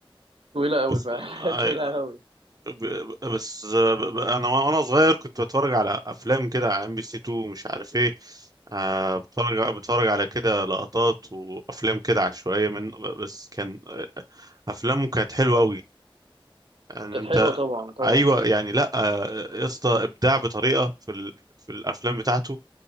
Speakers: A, on the right; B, on the right.
A: طويله قوي
B: بس
A: ف <laughs>
B: آه،
A: طويله قوي
B: آه، ب- بس آه، ب- انا وانا صغير كنت بتفرج على افلام كده على ام بي سي 2 مش عارف ايه آه، بتفرج بتفرج على كده لقطات وافلام كده عشوائية من بس كان آه، افلامه كانت حلوة قوي يعني
A: كانت
B: انت
A: حلوة طبعا طبعا
B: ايوه يعني لا آه، يا اسطى ابداع بطريقة في ال... في الافلام بتاعته